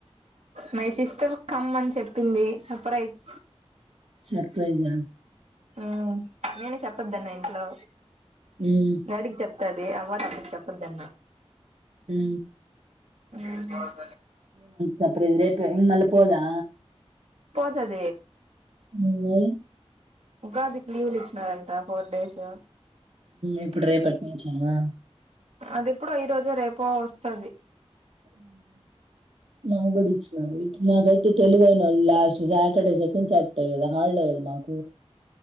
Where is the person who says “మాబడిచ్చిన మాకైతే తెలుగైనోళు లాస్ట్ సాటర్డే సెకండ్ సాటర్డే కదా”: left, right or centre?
Right